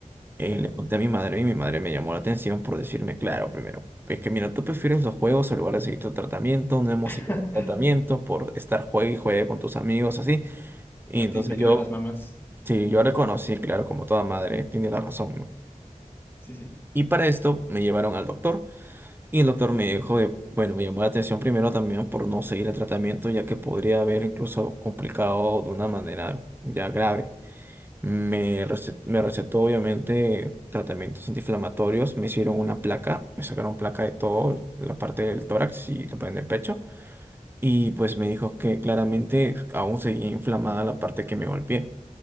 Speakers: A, on the right (about 15°); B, on the left (about 15°).
A: Eh,
B: ya.
A: le conté a mi madre y mi madre me llamó la atención por decirme, claro, primero, es que mira, tú prefieres los juegos en lugar de seguir tu tratamiento. No hemos
B: <laughs>
A: seguido tu tratamiento por estar juegue y juegue con tus amigos, así. Y
B: La
A: entonces
B: típica
A: yo,
B: de las mamás.
A: sí, yo reconocí, claro, como toda madre, tiene la razón, ¿no?
B: Sí, sí.
A: Y para esto me llevaron al doctor. Y el doctor
B: Ya.
A: me dijo de, bueno, me llamó la atención primero también por no seguir el tratamiento, ya que podría haber incluso complicado de una manera ya grave. Me rece- me recetó obviamente tratamientos antiinflamatorios, me hicieron una placa, me sacaron placa de todo, la parte del tórax y la parte del pecho, y pues me dijo que claramente aún seguía inflamada la parte que me golpeé